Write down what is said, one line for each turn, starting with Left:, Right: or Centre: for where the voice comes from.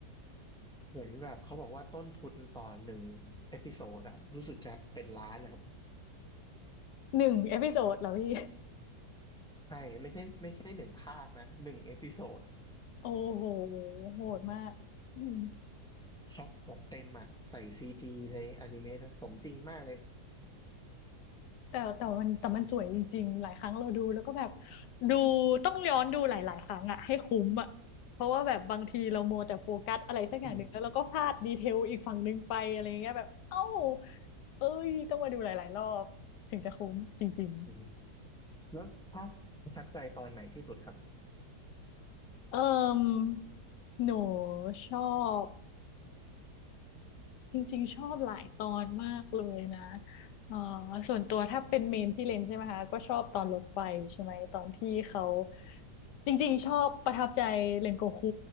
Centre: เหมือนแบบเขาบอกว่าต้นทุนต่อหนึ่งเอพิโซดอะรู้สึกจะเป็นล้านนะครับ
Left: หนึ่งเอพิโซดเหรอพี่
Centre: ใช่ไม่ใช่ไม่ใช่หนึ่งภาคนะหนึ่งเอพิโซด
Left: โอ้โหโหดมากอืม
Centre: ช็อปแบบเต็มอะใส่ซีจีในอนิเมะด้วยสมจริงมากเลย
Left: แต่แต่มันแต่มันสวยจริงๆหลายครั้งเราดูแล้วก็แบบดูต้องย้อนดูหลายๆครั้งอะให้คุ้มอะเพราะว่าแบบบางทีเรามัวแต่โฟกัสอะไรสักอย่างหนึ่งแล้วเราก็พลาดดีเทลอีกฝั่งหนึ่งไปอะไรเงี้ยแบบเอ้า
Centre: <laughs> อืม
Left: เอ้ยต้องมาดูหลายๆรอบถึงจะคุ้มจริง
Centre: อืมแล้วภาคประทับใจตอนไหนที่สุดครับ
Left: ๆเอิ่มหนูชอบ จริงๆชอบหลายตอนมากเลยนะเอ่อส่วนตัวถ้าเป็นเมนพี่เลนใช่ไหมคะก็ชอบตอนรถไฟใช่ไหมตอนที่เขาจริงๆชอบประทับใจเรนโกคุ